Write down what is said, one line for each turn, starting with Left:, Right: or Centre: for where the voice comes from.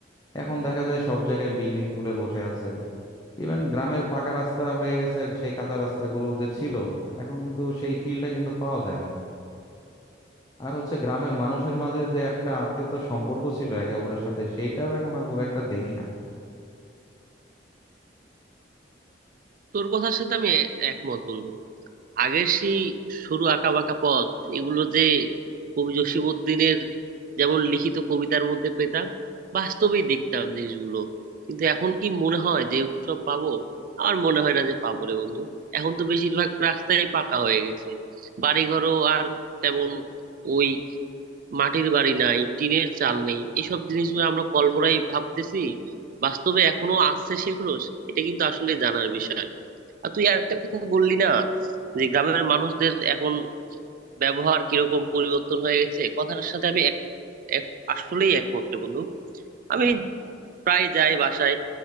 Left: এখন দেখা যায় সব জায়গায় বিল্ডিং তুলে বসে আছে ইভেন গ্রামের পাকা রাস্তা হয়ে গেছে সেই কাঁচা রাস্তাগুলো যে ছিল এখন কিন্তু সেই ফিলটা কিন্তু পাওয়া যায় না আর হচ্ছে গ্রামের মানুষের মাঝে যে একটা আত্মীয়তার সম্পর্ক ছিল একে অপরের সাথে সেইটাও এখন আর খুব একটা দেখি না
Right: তোর কথার সাথে আমি এ- একমত বন্ধু আগের সেই সরু আঁকা বাঁকা পথ এগুলো যে কবি জসিমউদ্দিনের যেমন লিখিত কবিতার মধ্যে পেতাম বাস্তবেই দেখতাম জিনিসগুলো কিন্তু এখন কি মনে হয় যে সব পাবো আর মনে হয় না যে পাবো রে বন্ধু এখন তো বেশিরভাগ রাস্তায় পাকা হয়ে গেছে বাড়িঘরও আর তেমন ওই মাটির বাড়ি নাই টিনের চাল নেই এসব জিনিসগুলো আমরা কল্পনায় ভাবতেছি বাস্তবে এখনো আছে সেগুলো এটা কিন্তু আসলে জানার বিষয় আর তুই আর একটা কথা বললি না যে গ্রামের মানুষদের এখন ব্যবহার কিরকম পরিবর্তন হয়ে গেছে কথাটার সাথে আমি এক এক- আসলেই একমাত্র বন্ধু আমি প্রায় যাই বাসায়